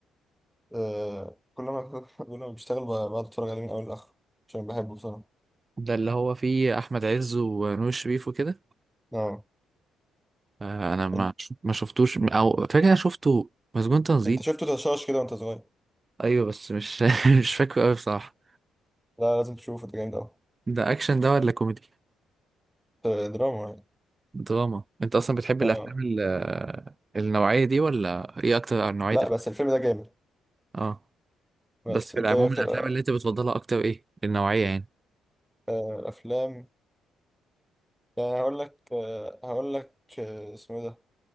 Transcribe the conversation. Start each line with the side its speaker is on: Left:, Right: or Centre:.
Centre: آه كل ما <laughs> كل ما بشتغل ب- بقعد أتفرج عليه من أول لآخر عشان بحبه بصراحة
Right: ده اللي هو فيه احمد عز ونور شريف وكده
Centre: آه
Right: آه، انا ما
Centre: إن-
Right: ما شفتوش او فاكر انا شفته مسجون تنزيل
Centre: أنت شفته تشاش كده وأنت صغير
Right: ايوه بس مش <laughs> مش فاكره قوي بصراحه
Centre: لا لازم تشوفه ده جامد أوي
Right: ده اكشن ده ولا كوميدي
Centre: آه، دراما يعني
Right: دراما انت اصلا بتحب الافلام
Centre: آه
Right: ال- النوعيه دي ولا ايه اكتر نوعيه
Centre: لا
Right: افلام
Centre: بس الفيلم ده جامد
Right: اه
Centre: بس
Right: بس في
Centre: أنت
Right: العموم
Centre: إيه أكتر
Right: الافلام
Centre: آه،
Right: اللي انت بتفضلها اكتر ايه النوعيه يعني
Centre: آه، أفلام يعني هقول لك آه هقول لك آه، اسمه إيه ده